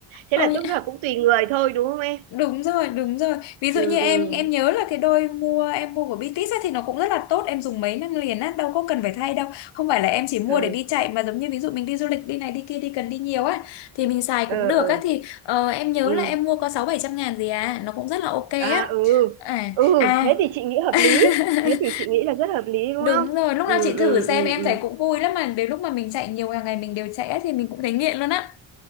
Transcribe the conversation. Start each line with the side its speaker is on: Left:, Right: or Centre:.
Right: thế
Left: Ôi,
Right: là tức là cũng tùy người thôi đúng không em
Left: Đúng rồi, đúng rồi. Ví dụ
Right: ừ
Left: như em
Right: ừ
Left: em nhớ là cái đôi mua em mua của BTS ấy, thì nó cũng rất là tốt, em dùng mấy năm liền á, đâu có cần phải thay đâu. Không phải là em chỉ mua
Right: ừ
Left: để đi chạy mà giống như ví dụ mình đi du lịch đi này đi kia đi cần đi nhiều á thì mình xài
Right: ừ
Left: cũng được á thì ờ, em nhớ
Right: ừ
Left: là em mua có sáu bảy trăm ngàn gì à, nó cũng rất là ok á.
Right: À ừ,
Left: À
Right: ừ,
Left: à
Right: thế thì chị nghĩ hợp
Left: <laughs>
Right: lý. Thế thì chị nghĩ là rất hợp lý đúng
Left: Đúng
Right: không?
Left: rồi, lúc
Right: Ừ,
Left: nào chị thử
Right: ừ,
Left: xem
Right: ừ,
Left: em
Right: ừ.
Left: thấy cũng vui lắm mà đến lúc mà mình chạy nhiều hàng ngày mình đều chạy á thì mình cũng thấy nghiện luôn á.